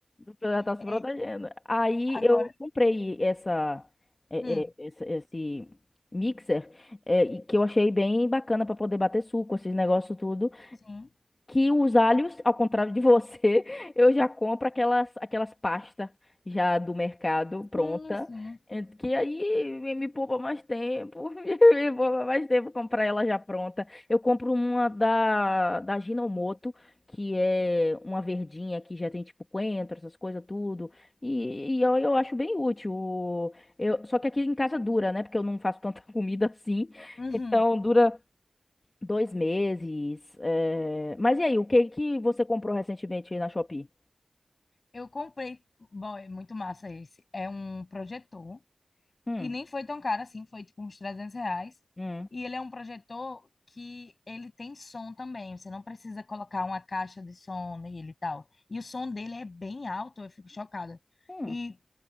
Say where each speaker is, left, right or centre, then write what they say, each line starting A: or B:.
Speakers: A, on the left; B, on the left.
A: Ela tá se
B: É,
A: protegendo. Aí
B: agora.
A: eu comprei essa, é,
B: Hum,
A: é, essa- esse mixer, é, e que eu achei bem bacana pra poder bater suco, esses negócios tudo
B: sim.
A: que os alhos, ao contrário de você, <laughs> eu já compro aquelas aquelas pastas já do mercado
B: Sim,
A: pronta,
B: sim.
A: eh, que aí me me poupa mais tempo, <laughs> me me poupa mais tempo comprar ela já pronta. Eu compro uma da da Ginomoto, que é uma verdinha que já tem tipo coentro, essas coisas tudo, e, e eu, eu acho bem útil. O- Eu, só que aqui em casa dura, né? Porque eu não faço tanta <laughs> comida assim,
B: Uhum.
A: então dura Dois meses. é, Mas e aí, o que que você comprou recentemente aí na Shopee?
B: Eu comprei. Bom, é muito massa esse. É um projetor.
A: Hum,
B: E nem foi tão caro assim, foi tipo uns 300 reais.
A: hum,
B: E ele é um projetor que ele tem som também, você não precisa colocar uma caixa de som nele e tal. E o som dele é bem alto, eu fico chocada.
A: hum,
B: E,